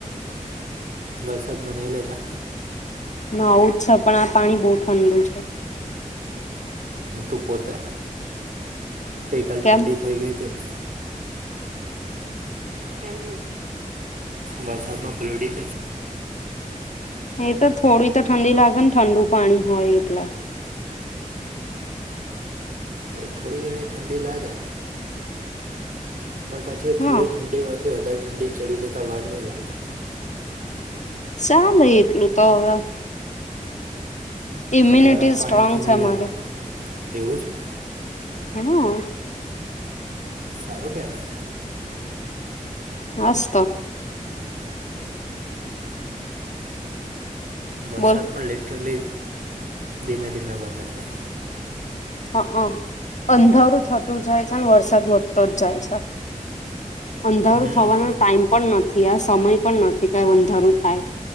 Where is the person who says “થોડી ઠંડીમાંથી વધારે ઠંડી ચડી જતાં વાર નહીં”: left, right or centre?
Right